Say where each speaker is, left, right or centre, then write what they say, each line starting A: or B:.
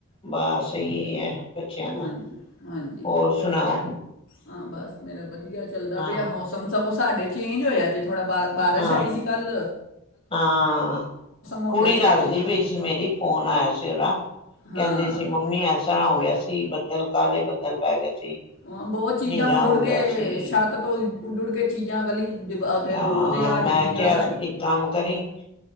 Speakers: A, on the left; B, on the left.
A: ਬਸ ਸਹੀ ਹੈ ਬੱਚਿਆਂ ਦਾ
B: ਹਾਂਜੀ ਹਾਂਜੀ
A: ਹੋਰ ਸੁਣਾਓ
B: ਹਾਂ ਬਸ ਮੇਰਾ ਵਧੀਆ ਚੱਲਦਾ
A: ਹਾਂ
B: ਪਿਆ ਮੌਸਮ ਸਭ ਕੁਛ ਸਾਡੇ ਚੇਂਜ ਹੋਇਆ ਜੇ ਥੋੜ੍ਹਾ ਬਾ ਬਾਰਿਸ਼
A: ਹਾਂ
B: ਆਈ ਸੀ ਕੱਲ੍ਹ
A: ਹਾਂ
B: ਹੋ
A: ਕੁੜੀ
B: ਗਿਆ ਸੀ
A: ਦੱਸਦੀ
B: ਇੱਥੇ
A: ਪਈ ਸੀ ਮੇਰੀ ਫੋਨ ਆਇਆ ਸੀ ਉਹਦਾ
B: ਹਾਂ
A: ਕਹਿੰਦੀ ਸੀ ਮਮੀ ਐ ਤਰ੍ਹਾਂ ਹੋ ਗਿਆ ਸੀ ਬੱਦਲ ਕਾਲੇ ਬੱਦਲ ਪੈ ਗਏ ਸੀ
B: ਬਹੁਤ ਚੀਜ਼ਾਂ
A: ਹਨੇਰਾ
B: ਉਡ
A: ਹੋ
B: ਉਡ
A: ਗਿਆ
B: ਕੇ
A: ਸੀ
B: ਛੱਤ ਤੋਂ ਉੱਡ ਉੱਡ ਕੇ ਚੀਜ਼ਾਂ ਗਲੀ ਦਿਵਾ- ਉੱਥੇ
A: ਤਾਂ
B: ਰੋਡ ਤੇ ਆ
A: ਮੈਂ
B: ਡਿੱਗੀਆਂ
A: ਕਿਹਾ
B: ਸਾਡੀ
A: ਇਕ ਕੰਮ ਕਰੀ